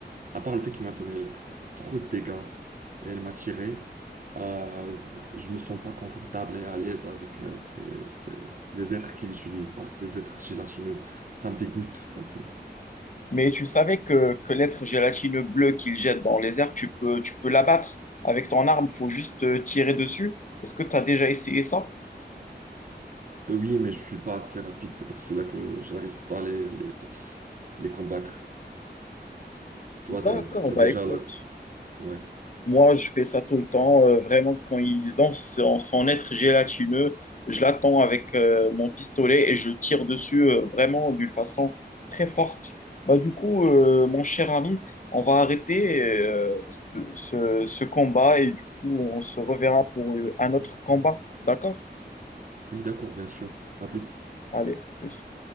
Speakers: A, on the right; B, on the left.
A: À part le fait qu'il m'a donné trop de dégâts et il m'a tiré, euh, je me sens pas confortable et à l'aise avec euh, ces- ces- les êtres qu'il utilise, bah, ces êtres gélatineux. Ça me dégoûte un peu.
B: Mais tu savais que, que l'être gélatineux bleu qu'il jette dans les airs, tu peux, tu peux l'abattre avec ton arme, faut juste euh, tirer dessus. Est-ce que tu as déjà essayé ça?
A: Euh, oui, mais je suis pas assez rapide, c'est pour cela que j'arrive pas à les, les, les combattre. Toi,
B: D'accord,
A: t'as, t'as
B: bah
A: déjà
B: écoute,
A: la... Ouais.
B: moi je fais ça tout le temps, euh, vraiment quand il lance en son être gélatineux, je l'attends avec euh, mon pistolet et je tire dessus euh, vraiment d'une façon très forte. Bah du coup, euh, mon cher ami, on va arrêter euh, de- ce, ce combat et du coup on se reverra pour euh, un autre combat, d'accord?
A: Oui, d'accord, bien sûr. À plus.
B: Allez, plus.